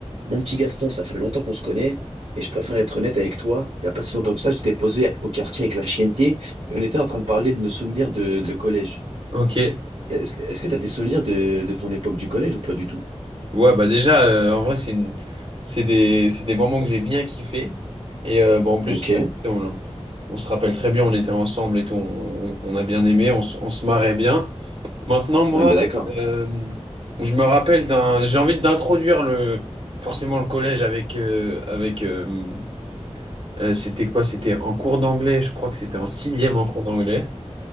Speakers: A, on the right (about 70°); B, on the right (about 55°).
A: Mon petit Gaston, ça fait longtemps qu'on se connaît et je préfère être honnête avec toi. Il n'y a pas si longtemps que ça, j'étais posé au quartier avec la chienneté et on était en train de parler de nos souvenirs de, de collège.
B: Ok.
A: Est-ce, que- est-ce que tu as des souvenirs de, de ton époque du collège ou pas du tout?
B: Ouais, bah déjà, euh, en vrai, c'est une... c'est des... c'est des moments que j'ai bien kiffé. Et euh, bon, en plus,
A: Ok,
B: euh, tu sais, on... on se rappelle très bien, on était ensemble et tout, on, on- on a bien aimé, on, se on se marrait bien. Maintenant, moi,
A: on est bien d'accord.
B: euh, je me rappelle d'un... J'ai envie d'introduire le... forcément le collège avec... euh, avec euh, euh, c'était quoi? C'était en cours d'anglais, je crois que c'était en sixième en cours d'anglais.